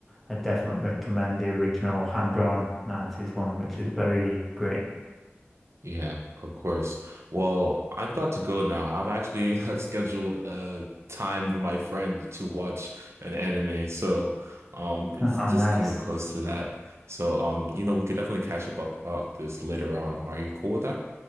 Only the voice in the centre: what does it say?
I definitely recommend the original hand-drawn 90s one, which is very great.
<laughs> Ah,
nice.